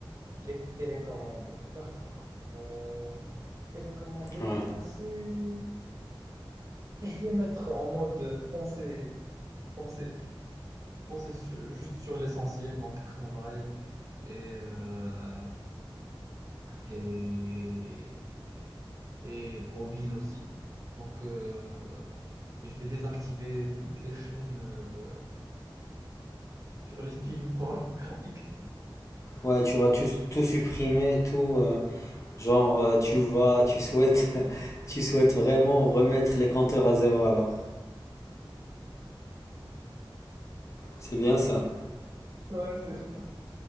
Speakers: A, on the right (about 40°); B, on the left (about 35°).
A: les télécommander. D'accord. Euh, télécommander mes
B: Ouais.
A: pensées. Je vais mettre en mode pensée, pensée, pensée sur- juste sur l'essentiel, donc travail et, euh, et et hobbies aussi. Donc, euh, et je vais désactiver toutes les chaînes euh, sur les films pornographiques. <laughs>
B: Ouais, tu vas tout, tout supprimer, tout, euh, genre, euh, tu vas, tu souhaites, <laughs> tu souhaites vraiment remettre les compteurs à zéro, alors. C'est bien ça.
A: Ouais, c'est ça.